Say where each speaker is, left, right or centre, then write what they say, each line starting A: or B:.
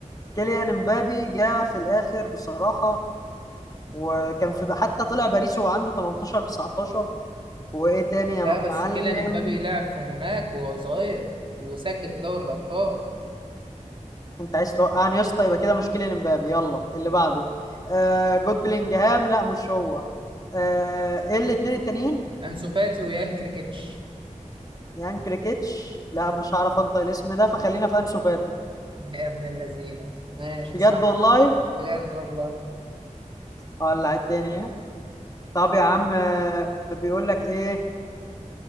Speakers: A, on the left; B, on the right.
A: كيليان امبابي جه في الاخر بصراحه وكان في حتى طلع باريس وهو عنده 18 19 وايه تاني
B: لا
A: يا
B: بس
A: معلم
B: كيليان امبابي لعب في موناك وهو صغير وسجل في دوري الأبطال.
A: انت عايز توقعني يا اسطى يبقى كده مش كيليان امبابي يلا اللي بعده آه جود بلينجهام لا مش هو آه ايه الاثنين التانيين
B: أنسو فاتي ويوهان كريكيتش.
A: يعني كريكيتش لا مش هعرف انطق الاسم ده فخلينا في انسو فاتي
B: يا ابن اللذينة، ماشي
A: بجد
B: صح
A: والله
B: بجد والله.
A: ولا الدنيا طب يا عم آه، بيقول لك ايه